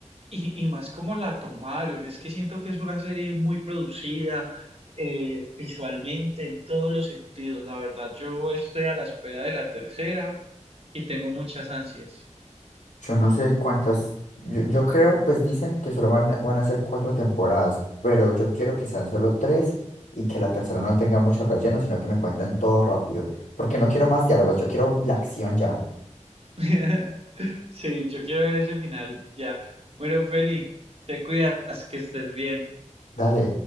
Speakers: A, on the right; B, on the left.
A: y, y más como la tomaron, es que siento que es una serie muy producida eh, visualmente en todos los sentidos. La verdad, yo estoy a la espera de la tercera y tengo muchas ansias.
B: Yo no sé cuántas, yo, yo creo, pues dicen que solo van, a- van a ser cuatro temporadas, pero yo quiero que sean solo tres y que la tercera no tenga mucho relleno, sino que me cuenten todo rápido, porque no quiero más diálogos, yo quiero la acción ya.
A: <laughs> Sí, yo quiero ver ese final ya. Bueno, Feli, te cuidas, que estés bien.
B: Dale.